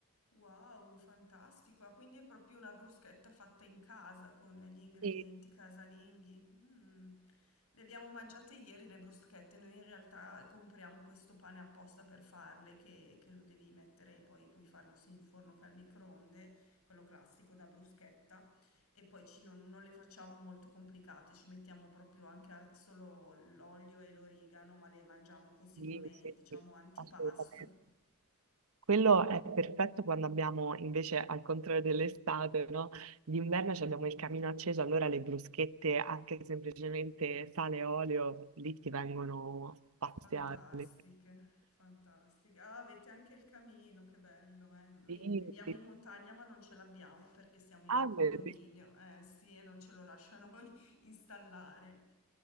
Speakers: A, on the left; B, on the right.
A: Wow, fantastico! Ah, quindi è proprio una bruschetta fatta in casa con gli ingredienti
B: Sì,
A: casalinghi. Mm. Le abbiamo mangiate ieri le bruschette, noi in realtà compriamo questo pane apposta per farle, che, che lo devi mettere, poi puoi farlo sia in forno che al microonde, quello classico da bruschetta, e poi ci- non, non le facciamo molto complicate, ci mettiamo proprio anche a- solo l'olio e l'origano, ma le mangiamo così
B: sì,
A: come,
B: sì,
A: diciamo,
B: sì,
A: antipasto.
B: assolutamente. Quello è perfetto quando abbiamo invece, al contrario dell'estate, no? D'inverno ci abbiamo il camino acceso, allora le bruschette, anche semplicemente sale e olio, lì ti vengono spaziate.
A: Fantastiche, fantastiche. Ah, avete anche il camino, che bello, eh. Noi
B: Sì,
A: viviamo
B: sì.
A: in montagna ma non ce l'abbiamo perché siamo in
B: Ah,
A: un condominio,
B: vedi.
A: eh sì, e non ce lo lasciano <laughs> installare.